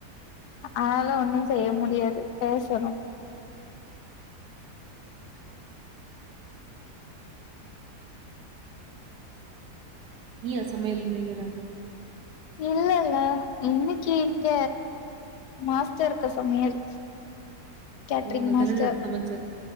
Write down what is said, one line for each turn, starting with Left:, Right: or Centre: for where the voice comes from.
Left: அதலா ஒன்னு செய்ய முடியாது பேசணு
Right: நீயா சமையல் இன்னக்கில்லா
Left: இல்ல இல்ல இன்னைக்கு இங்க மாஸ்டர்ருக்க சமையல் கேட்டரிங்
Right: ஓ அங்க
Left: மாஸ்டர்
Right: கல்யாணம் விட்டு சமைச்ச